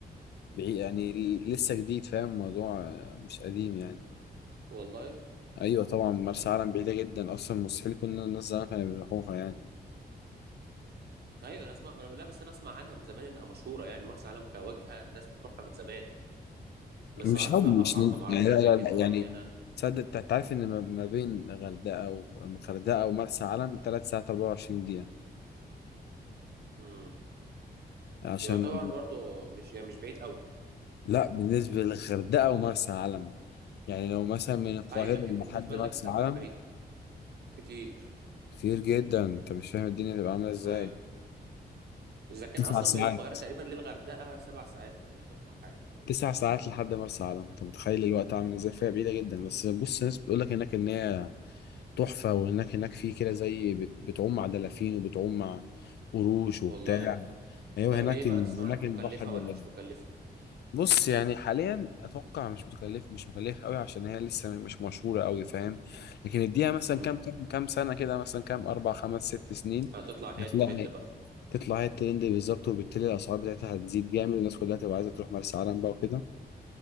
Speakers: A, on the left; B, on the right.
A: بعيد يعني ل- لسه جديد فاهم الموضوع آه، مش قديم يعني
B: والله
A: أيوة طبعا مرسى علم بعيدة جدا أصلا مستحيل كنا الناس زمان كانوا بيروحوها يعني
B: ايوه انا اسمع ما انا لا بس انا اسمع عنها من زمان انها مشهورة يعني مرسى علم كوجهة الناس بتروحها من زمان بس
A: مش
B: ما اعرفش
A: قبل
B: بقى
A: مش
B: اسعارها
A: ن-
B: ما اعرفش
A: يعني لا
B: اماكن
A: لا لا
B: معينه
A: يعني تصدق أنت تعرف إن ما ما بين غردقة وغردقة ومرسى علم تلات ساعات أربعة وعشرين دقيقة
B: امم
A: عشان
B: يعتبر برضو مش يعني مش بعيد قوي
A: لا بالنسبة للغردقة ومرسى علم يعني لو مثلا من القاهرة
B: ايوه لكن
A: لحد
B: بالنسبه
A: مرسى
B: لك انت هتبقى
A: علم
B: بعيد كتير
A: كتير جدا انت مش فاهم الدنيا تبقى عامله ازاي
B: ايوه اذا كان
A: تسع
B: اصلا
A: ساعات
B: من القاهره تقريبا للغردقه سبع ساعات تقريبا او حاجه او
A: تسع ساعات لحد مرسى علم انت متخيل الوقت عامل ازاي فيها بعيده جدا بس بص ناس بتقول لك هناك ان هي تحفه وانك هناك في كده زي بت- بتعوم مع دلافين وبتعوم مع قروش وبتاع
B: والله
A: ايوه
B: طب
A: هناك
B: ايه بقى
A: ال...
B: تسمع
A: هناك
B: عنها مكلفه
A: البحر جميل.
B: ولا مش مكلفه
A: بص يعني حاليا اتوقع مش متكلف مش مكلف قوي عشان هي لسه مش مشهوره قوي فاهم لكن اديها مثلا
B: امم
A: كام كام كام سنه كده مثلا كام اربع خمس ست سنين
B: هتطلع هي
A: هتلاقي
B: الترند بقى
A: تطلع هي الترند بالظبط وبالتالي الاسعار بتاعتها هتزيد جامد والناس كلها تبقى عايزه تروح مرسى علم بقى وكده